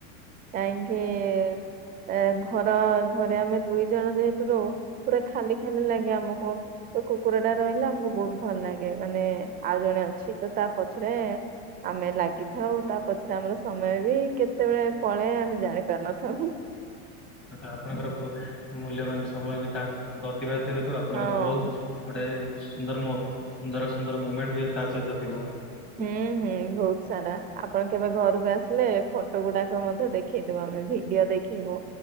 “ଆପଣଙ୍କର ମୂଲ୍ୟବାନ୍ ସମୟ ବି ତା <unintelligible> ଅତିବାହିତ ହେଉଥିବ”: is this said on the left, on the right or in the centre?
Left